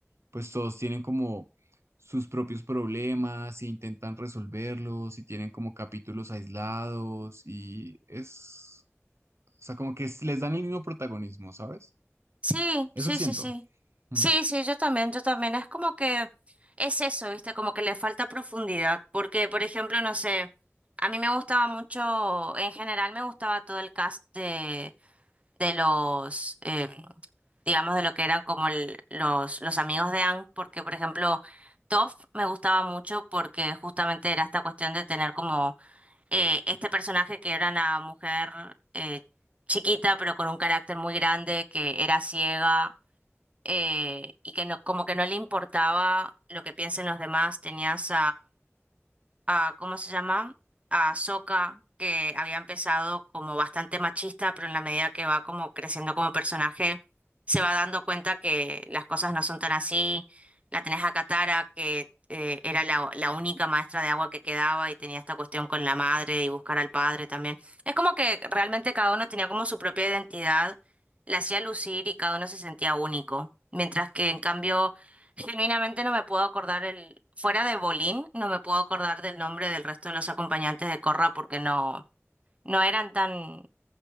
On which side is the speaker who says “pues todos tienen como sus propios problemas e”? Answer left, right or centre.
Right